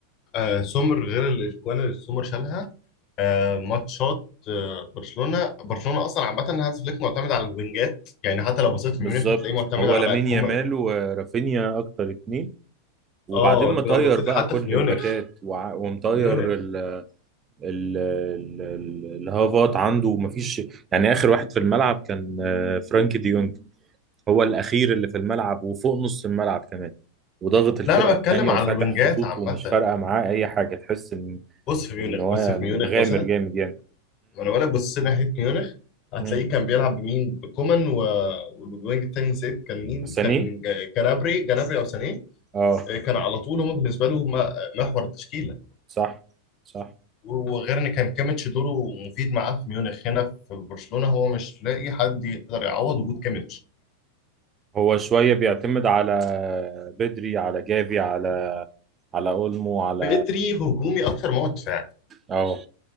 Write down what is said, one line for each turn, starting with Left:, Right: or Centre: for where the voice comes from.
Left: آه سومر غير الاجوان اللي سومر شالها آه، ماتشات آه، برشلونه برشلونه اصلا عامه هانز فليك معتمد على الوينجات يعني حتى لو بصيت في
Right: بالظبط
Left: ميونخ هتلاقيه معتمد
Right: هو
Left: على
Right: لامين
Left: كومان
Right: يامال ورافينيا اكتر اتنين وبعدين
Left: اه
Right: مطير
Left: لو بصيت
Right: بقى
Left: حتى
Right: كل
Left: في ميونخ
Right: الباكات وع- ومطير
Left: ميونخ
Right: ال ال ال ال- الهافات عنده ومفيش يعني اخر واحد في الملعب كان آه، فرانكي ديونج هو الاخير اللي في الملعب وفوق نص الملعب كمان وضغط الفرقه
Left: لا انا
Right: التانيه
Left: بتكلم
Right: وفاتح
Left: على الوينجات
Right: خطوط
Left: عامه
Right: ومش فارقه معاه اي حاجه تحس ان
Left: بص في ميونخ
Right: ان هو
Left: بص في
Right: مغامر
Left: ميونخ مثلا
Right: جامد يعني
Left: وانا وانا بصيت ناحيه ميونخ هتلاقيه
Right: مم.
Left: كان بيلعب بمين بكومان و... والوينج التاني نسيت كان مين
Right: ساني
Left: كان ج- جنابري جنابري او سانيه
Right: اه
Left: آه، كان على طول هم بالنسبه له م- محور التشكيله
Right: صح صح
Left: وغير ان كان كيميتش دوره مفيد معاه في ميونخ هنا في برشلونه هو مش لاقي حد يقدر يعوض وجود كيميتش
Right: هو شوية بيعتمد على بدري على جافي على على اولمو على
Left: بيتري هجومي اكتر ما هو دفاعي
Right: اه